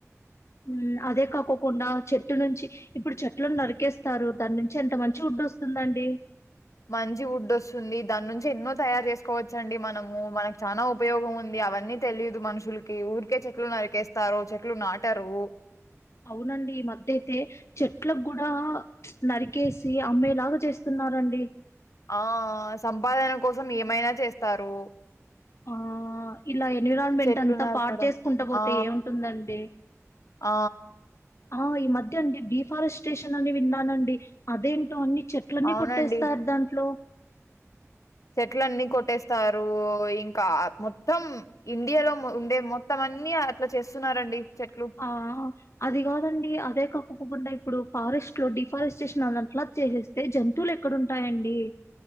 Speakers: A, on the left; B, on the left.
A: ఉహ్మ్ అదే కాకోకుండా చెట్టు నుంచి ఇప్పుడు చెట్లను నరికేస్తారు దాని నుంచి ఎంత మంచి వుడ్ వస్తుందండి
B: మంచి వుడ్ వస్తుంది దాని నుంచి ఎన్నో తయారు చేసుకోవచ్చండి మనము మనకు చానా ఉపయోగం ఉంది అవన్నీ తెలీదు మనుషులకి ఊరికే చెట్లు నరికేస్తారు చెట్లు నాటారు
A: అవునండి ఈ మధ్య అయితే చెట్లకు కూడా ఉచ్ ఉచ్ నరికేసి అమ్మేలాగా చేస్తున్నారండి
B: ఆ ఆ సంపాదన కోసం ఏమైనా చేస్తారు
A: ఆ ఇలా ఎన్విరాన్మెంట్
B: చెట్లు
A: అంతా
B: నరకడం
A: పాడు చేసుకుంటా పోతే
B: ఆ
A: ఏమి ఉంటుంది అండి
B: ఆ
A: ఆ ఈ మధ్య అండి డిఫారెస్ట్ స్టేషన్ అని విన్నాండి అది ఏంటో అన్నీ చెట్లని
B: అవునండి
A: కొట్టేస్తారు దాంట్లో
B: చెట్లన్నీ కొట్టేస్తారు యి ఇంకా మొత్తం ఇండియాలో ఉ ఉండే మొత్తం ఆన్ అన్నీ అట్లా చేస్తున్నారండి చెట్లు
A: ఆ అది కాదండి అదే కా కుక్కుండా ఇప్పుడు ఫారెస్ట్ లో డిఫారెస్టేషన్ అన్న అట్ల <unintelligible> చేసేస్తే జంతువులు ఎక్కడ ఉంటాయండి